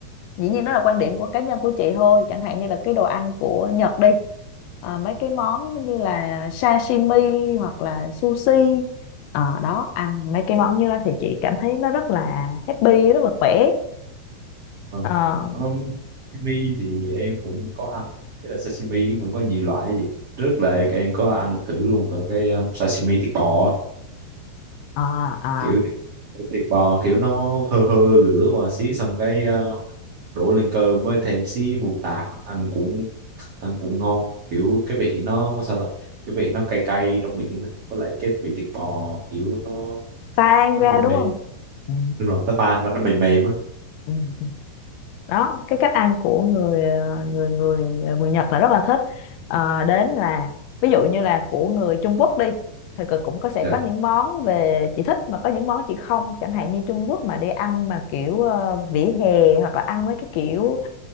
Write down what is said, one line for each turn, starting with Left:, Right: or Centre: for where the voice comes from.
Left: dĩ nhiên đó là quan điểm của cá nhân của chị thôi chẳng hạn như là cái đồ ăn của Nhật đi à, mấy cái món như là sashimi hoặc là sushi Ờ, đó ăn mấy cái món như đó thì chị cảm thấy nó rất là happy rất là khỏe
Right: Vâng.
Left: Ờ,
Right: Um, sashimi thì em cũng có ăn Thế là sashimi em cũng có nhiều loại gì trước là cái em có ăn thử luôn cả cái um, sashimi thịt bò á.
Left: ờ, ờ,
Right: kiểu thịt, thịt bò kiểu nó hơ hơ lửa qua xí xong cái uh, đổ lên cơm với thêm xí mù tạt ăn cũng ăn cũng ngon kiểu cái vị nó sao ta cái vị nó cay cay trong miệng á. với lại cái vị thịt bò kiểu nó
Left: tan
Right: nó
Left: ra
Right: mềm
Left: đúng
Right: mềm
Left: không ừ,
Right: nhưng mà nó tan ra nó mềm mềm á
Left: ừ. đó cái cách ăn của người ờ, người người người Nhật là rất là thích Ờ, đến là ví dụ như là của người Trung Quốc đi thì cực cũng có sẽ
Right: Dạ,
Left: có những món về chị thích mà có những món chị không chẳng hạn như Trung Quốc mà đi ăn mà kiểu ờ, vỉa hè hoặc là ăn mấy cái kiểu